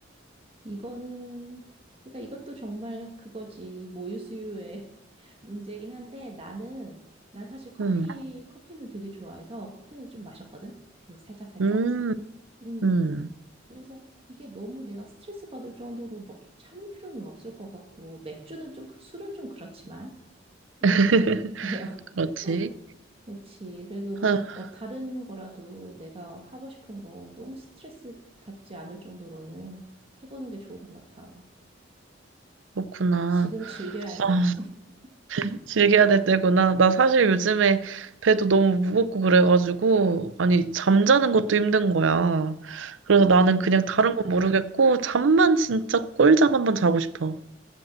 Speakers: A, on the right (about 30°); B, on the right (about 75°).
A: 이거는, 그러니까 이것도 정말 그거지. 모유 수유의 <laughs> 문제긴 한데 나는, 난 사실 커피,
B: 응
A: 커피는 되게 좋아해서 커피는 좀 마셨거든? 계속 살짝살짝.
B: 음,
A: 음.
B: 음.
A: 그래서 이게 너무 내가 스트레스 받을 정도로 뭐 참을 필요는 없을 것 같고, 맥주는 좀, 술은 좀 그렇지만. 음.
B: <laughs>
A: <laughs>
B: 그렇지.
A: 그렇지. 그래도
B: 아,
A: 어, 다른 거라도 내가 하고 싶은 거 너무 스트레스 받지 않을 정도로는 해보는 게 좋은 것 같아.
B: 그렇구나.
A: 지금 즐겨야 돼.
B: 아.
A: <laughs>
B: 즐겨야 될 때구나. 나 사실 요즘에 배도 너무 무겁고 그래가지고, 아니, 잠자는 것도 힘든 거야. 그래서 나는
A: 맞아,
B: 그냥 다른 건 모르겠고, 잠만 진짜 꿀잠 한번 자고 싶어.